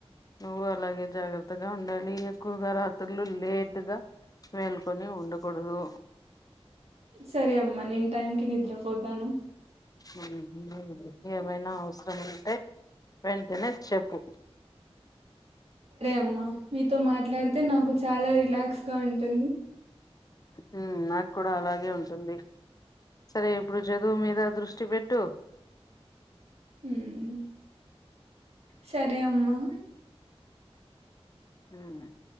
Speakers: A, on the left; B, on the right.
A: నువ్వు అలాగే జాగ్రత్తగా ఉండాలి, ఎక్కువగా రాత్రుళ్ళు లేట్గా మేల్కొని ఉండకూడదు.
B: సరే అమ్మా నేను టైం కి నిద్రపోతాను
A: మ్మ్ హ్మ్ ఏమైనా అవసరం ఉంటే వెంటనే చెప్పు
B: అమ్మ మీతో మాట్లాడితే నాకు చాలా రిలాక్స్ గా ఉంటుంది
A: మ్మ్ నాకు కూడా అలాగే ఉంటుంది. సరే ఇప్పుడు చదువు మీద దృష్టి పెట్టు.
B: హ్మ్ సరే అమ్మా
A: హ్మ్